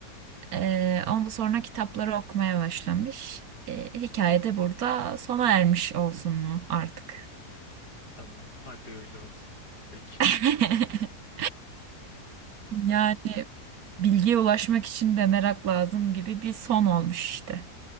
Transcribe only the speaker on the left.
Tamam, hadi öyle olsun. Peki,